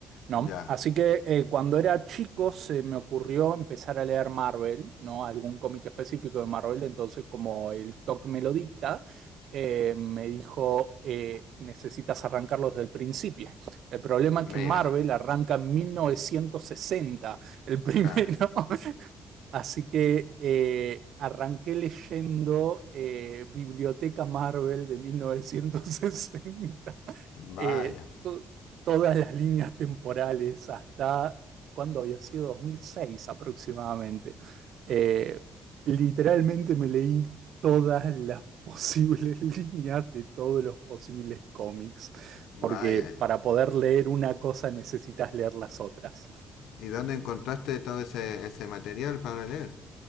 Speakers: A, on the right (about 70°); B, on the left (about 85°).
A: No,
B: Ya.
A: así que eh, cuando era chico se me ocurrió empezar a leer Marvel, ¿no? Algún cómic específico de Marvel, entonces como el TOC me lo dicta, eh, me dijo, eh, necesitas arrancarlo desde el principio. El problema
B: Mira.
A: es que Marvel arranca en 1960 el <laughs> primero,
B: Claro.
A: Así que eh, arranqué leyendo eh, Biblioteca Marvel de 1960, <laughs>
B: Vaya.
A: eh, to- todas las líneas temporales hasta cuando había sido 2006 aproximadamente. Eh, literalmente me leí todas las posibles <laughs> líneas de todos los posibles cómics,
B: Vaya.
A: porque para poder leer una cosa necesitas leer las otras.
B: ¿Y dónde encontraste todo ese, ese material para leer?